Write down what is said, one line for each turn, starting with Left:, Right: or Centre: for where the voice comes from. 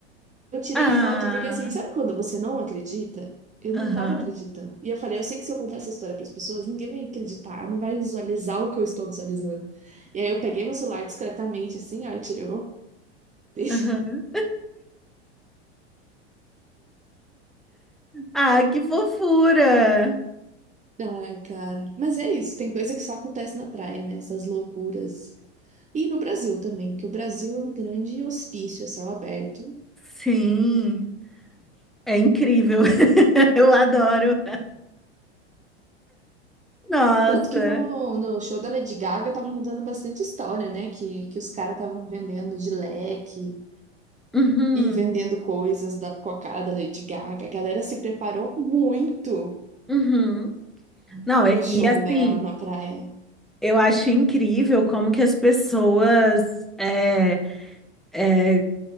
Right: Eu tirei
Centre: Ah,
Right: foto porque, assim, sabe quando você não acredita? Eu não
Centre: aham,
Right: tava acreditando. E eu falei, eu sei que se eu contar essa história para as pessoas, ninguém vai acreditar, não vai visualizar o que eu estou visualizando. E aí eu peguei meu celular discretamente, assim, ó, e tirei uma foto. <laughs>
Centre: aham. Ah, que fofura.
Right: Ai, cara. Mas é isso, tem coisa que só acontece na praia, né? Essas loucuras. E no Brasil também, que o Brasil é um grande hospício a céu aberto.
Centre: Sim, é incrível. <laughs> Eu adoro. Nossa.
Right: Tanto que no, no show da Lady Gaga estavam contando bastante história, né? Que, que os caras estavam vendendo de leque
Centre: Uhum,
Right: e vendendo coisas da- com a cara da Lady Gaga. A galera se preparou muito
Centre: uhum. Não,
Right: pro
Centre: e,
Right: show
Centre: e assim,
Right: dela na praia.
Centre: eu acho incrível como que as pessoas é, é,